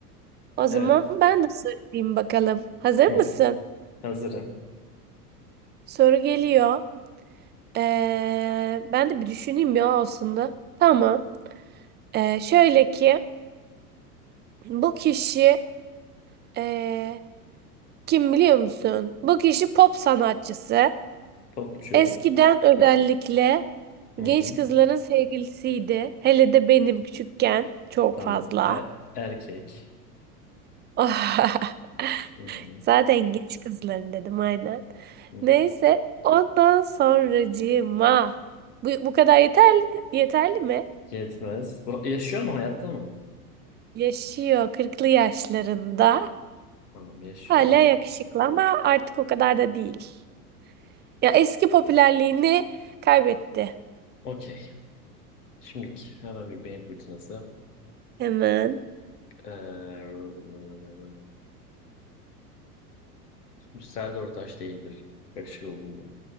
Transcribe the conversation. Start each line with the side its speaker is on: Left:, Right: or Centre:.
Right: O
Left: Evet.
Right: zaman ben de sorayım bakalım. Hazır
Left: Hı.
Right: mısın?
Left: Hazırım.
Right: Soru geliyor. Ee, ben de bir düşüneyim ya aslında. Tamam. Ee, şöyle ki bu kişi ee, kim biliyor musun? Bu kişi pop sanatçısı.
Left: Topçu.
Right: Eskiden özellikle
Left: Hı.
Right: genç kızların sevgilisiydi. Hele de benim küçükken çok
Left: Tamam.
Right: fazla.
Left: E- erkek.
Right: <laughs>
Left: Hı hı.
Right: Zaten genç kızların dedim aynen.
Left: Hı hı.
Right: Neyse ondan sonracığıma bu, bu kadar yeterli yeterli mi?
Left: Yetmez. Bu yaşıyor mu? Hayatta mı?
Right: Yaşıyor kırklı yaşlarında.
Left: Tamam yaşıyor.
Right: Hala yakışıklı ama artık o kadar da değil. Ya eski popülerliğini kaybetti.
Left: Okey. Şimdiki hemen bir beyin fırtınası.
Right: Hemen.
Left: Ee, Serdar Ortaç değildir. Yakışıklı olduğunu